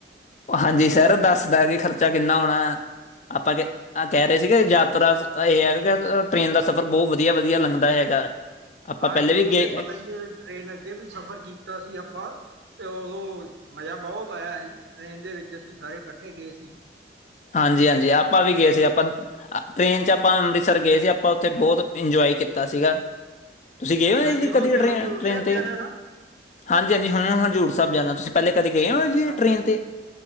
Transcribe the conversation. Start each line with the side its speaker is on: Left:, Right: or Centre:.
Left: ਹਾਂਜੀ ਸਰ ਦੱਸ ਦਾਂਗੇ ਖਰਚਾ ਕਿੰਨਾ ਹੋਣਾ ਆਪਾਂ ਕਿ ਆਹ ਕਹਿ ਰਹੇ ਸੀ ਕਿ ਯਾਤਰਾ ਇਹ ਹੈਗਾ ਕਿ ਟ੍ਰੇਨ ਦਾ ਸਫ਼ਰ ਬਹੁਤ ਵਧੀਆ ਵਧੀਆ ਲੰਘਦਾ ਹੈਗਾ ਆਪਾਂ
Right: ਹਾਂਜੀ
Left: ਪਹਿਲੇ ਵੀ
Right: ਉਹ
Left: ਗਏ
Right: ਤੇ ਪਤਾ ਹੀ ਹੈ ਟ੍ਰਰੇਨ ਅੱਗੇ ਵੀ ਸਫ਼ਰ ਕੀ ਕੀਤਾ ਸੀ ਆਪਾਂ ਤੇ ਉਦੋਂ ਮਜ਼ਾ ਬਹੁਤ ਆਇਆ ਸੀ ਟ੍ਰੇਨ ਦੇ ਵਿੱਚ ਅਸੀਂ ਸਾਰੇ ਇਕੱਠੇ ਗਏ ਸੀ
Left: ਹਾਂਜੀ ਹਾਂਜੀ ਆਪਾਂ ਵੀ ਗਏ ਸੀ ਆਪਾਂ ਟ੍ਰੇਨ ਚੱ ਆਪਾਂ ਅੰਮ੍ਰਿਤਸਰ ਗਏ ਸੀ ਆਪਾਂ ਉੱਥੇ ਬਹੁਤ ਇੰਜੋਏ ਕੀਤਾ ਸੀਗਾ ਤੁਸੀਂ ਗਏ ਹੋ
Right: ਹਾਂਜੀ ਹੁਣ
Left: ਕਦੀ
Right: ਤੇ
Left: ਟ੍ਰੇਨ
Right: ਹਜ਼ੂਰ
Left: ਟ੍ਰੇਨ
Right: ਸਾਹਿਬ
Left: ਤੇ
Right: ਜਾਣਾ ਨਾ
Left: ਹਾਂਜੀ ਹਾਂਜੀ ਹੁਣ ਹਜ਼ੂੂਰ ਸਾਹਿਬ ਜਾਂਦਾ ਤੁਸੀਂ ਪਹਿਲੇ ਕਦੇ ਗਏ ਹੋ ਜੀ
Right: ਹਾਂ
Left: ਟ੍ਰੇਨ ਤੇ